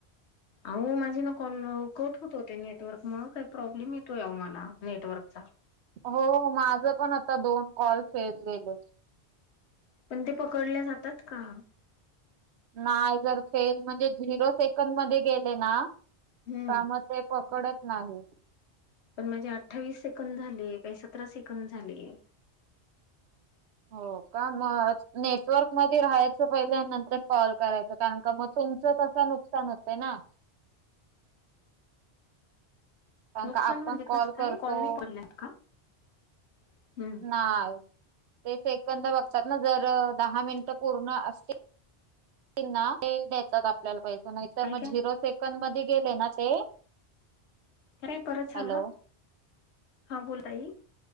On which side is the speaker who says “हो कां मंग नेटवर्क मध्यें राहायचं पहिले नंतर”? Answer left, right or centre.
Right